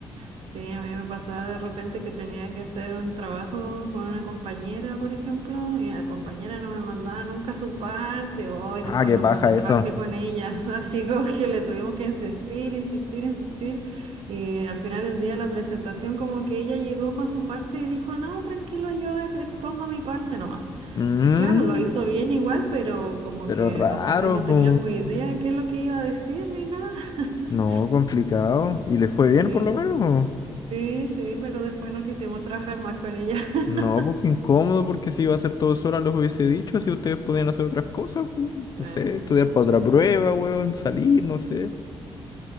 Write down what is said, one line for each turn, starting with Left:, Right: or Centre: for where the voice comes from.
Right: Sí, a mí me pasaba de repente que tenía que hacer un trabajo con una compañera, por ejemplo, y la compañera no me mandaba nunca su parte, o y
Left: Ah,
Right: después
Left: qué
Right: nunca
Left: paja
Right: me trabajé
Left: eso.
Right: con ella, <laughs> así como que le tuvimos que insistir, insistir, insistir, y al final del día de la presentación como que ella llegó con su parte y dijo, no, tranquilo, yo ex- expongo mi parte nomás.
Left: Mm,
Right: Y claro, lo Ah, hizo Ah. bien igual, pero como
Left: pero
Right: que
Left: raro,
Right: nosotros no
Left: po.
Right: teníamos idea qué es lo que iba a decir ni nada. <laughs>
Left: No, complicado. ¿Y le fue bien
Right: Sí.
Left: por lo menos?
Right: Sí, sí, pero después no quisimos trabajar más con ella. <laughs>
Left: No, porque incómodo, porque si iba a hacer todo sola, los hubiese dicho, así ustedes podían hacer otras cosas, pu,
Right: Claro,
Left: no sé, estudiar para otra
Right: sí.
Left: prueba, weón, salir, no sé.